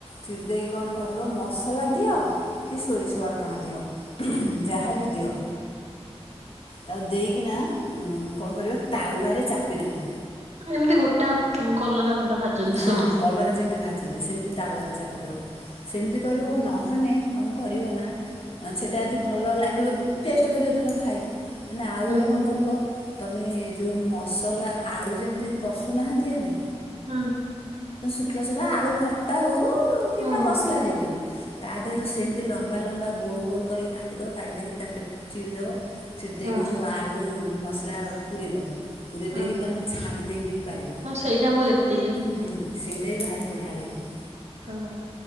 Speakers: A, on the left; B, on the right.
A: ଚିରି ଦେଇକି କଣ କରିବ ମସଲା ଦିଅ କି ସୋରିଷ ବାଟଣ ଦିଅ ଯାହାବି ଦିଅ ତା ଦେଇକିନା କଣ କରିବ ତାୱା ରେ ଚାପିଦବ
B: ଏମିତି ଗୋଟା କଲରା ଭଲରା ଭାଜନ୍ତି
A: ହଁ
B: ସେମତି।
A: କଲରା ଯେମିତି ଭାଜନ୍ତି ସେମିତି ତାୱାରେ ଚାପିଦବ ସେମିତି କରିବ ନ ହନେ କଣ କରିବ ନା ସେଇଟା ଏତି ଭଲ ଲାଗିବ ଟେଷ୍ଟ କରିବ ଧର ଖାଇକି ମାନେ ଆଉ
B: ହୁଁ
A: ଗୋଟେ କଣ କରିବ ତମେ ଯୋଉ ମସଲା ଆଳୁ ଯେମିତି କଷୁନାହାନ୍ତି ଆମେ
B: ହଁ।
A: ଉଠିଲ ସେଗୁଳା ଆଳୁ ଭର୍ତ୍ତା ହଉ କିମ୍ବା
B: ହୁଁ
A: ମସଲା ଦେଇକି ହଉ ତା ଦେହରୁ ସେମିତି ଲମ୍ବା ଲମ୍ବା ଗୋଲ ଗୋଲ କରିକି କାଟିଦବ କାଟିଦେଇକି ତା ପେ ଚିରିଦବ ଚୁଡ଼ି ଦେଇକି
B: ହୁଁ
A: ଯୋଉ ଆଳୁ ମସଲା ପୁରରେଇଦବ। ପୁରୀ
B: ହୁଁ
A: ଦେଇକି ତମେ ଛାଣି ଦେଇ ବିି ପାରିବ
B: ହଁ ସେଇଟା ମୁଁ ଦେଖିଥିଲି।
A: ହୁଁ। ସେଇଟା ବି ଭାରି ବଢ଼ିଆ ଲାଗିବ।
B: ହ।